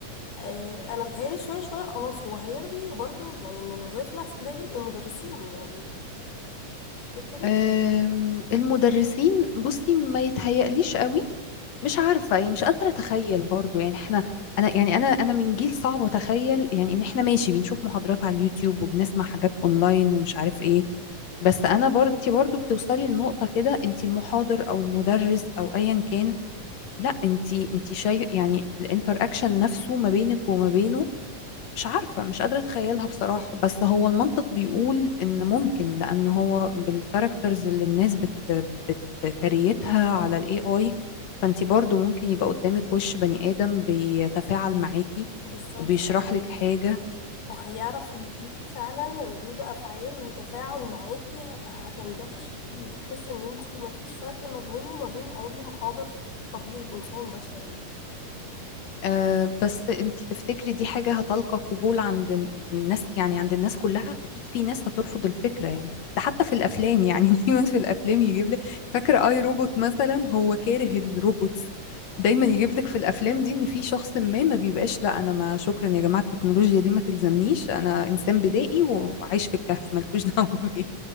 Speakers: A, on the left (about 85°); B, on the left (about 65°).
A: آه انا بتهيألي شويه شويه خلاص هو هيلغي برضو يعني من الوظائف اللي هتتلغي المدرسين يعني تفتكري
B: أم، المدرسين بصي ما يتهيأليش قوي مش عارفه يعني مش قادره اتخيل برضو يعني احنا انا يعني انا انا من جيل صعب اتخيل يعني إن احنا ماشي بنشوف محاضرات على اليوتيوب وبنسمع حاجات اونلاين ومش عارف ايه بس انا برضو انت برضو بتوصلي لنقطه كده انت المحاضر او المدرس او ايا كان لا انت انت شايف يعني الانتر اكشن نفسه ما بينك وما بينه مش عارفة مش قادرة اتخيلها بصراحة بس هو المنطق بيقول ان ممكن لان هو بالكاركترز اللي الناس بت بتكريتها على الاي اي فانت برضو ممكن يبقى قدامك وش بني ادم بيتفاعل معاكي
A: بالظبط
B: وبيشرح لك حاجة
A: وهيعرف يديكي فعلا ردود افعال وتفاعل معاكي هتندهش بيه هتحس ان انتي مفيش فرق ما بينه وما بين اي محاضر طبيعي انسان بشري
B: أه بس انتي تفتكري دي حاجة هتلقى قبول عند الناس يعني عند الناس كلها اكيد في ناس هترفض الفكرة يعني ده حتى في الافلام يعني <laughs> دايما في الافلام يجيب لك فاكرة اي روبوت مثلا هو كاره الروبوتس دايما يجيب لك في الافلام دي ان في شخص ما ما بيبقاش لا انا ما شكرا يا جماعة التكنولوجيا دي ما تلزمنيش انا انسان بدائي وعايش في الكهف مالكوش دعوة <laughs> بيا